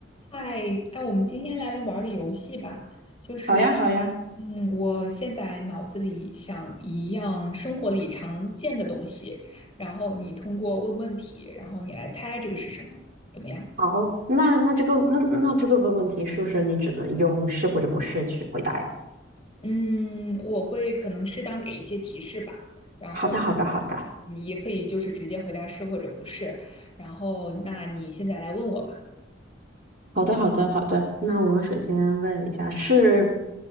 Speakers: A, on the left; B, on the right.
A: 嗨，哎，我们今天来来玩儿个游戏吧。就是，
B: 好呀，好呀，
A: 嗯，我现在脑子里想一样生活里常见的东西，然后你通过问问题，然后你来猜这个是什么，怎么样？
B: 好，那那这个那那这个问问题是不是你只能用是或者不是去回答呀？
A: 嗯，我会可能适当给一些提示吧，然后
B: 好的，好的，好的，
A: 你也可以就是直接回答是或者不是。然后，那你现在来问我吧。
B: 好的，好的，好的。那我首先问一下，是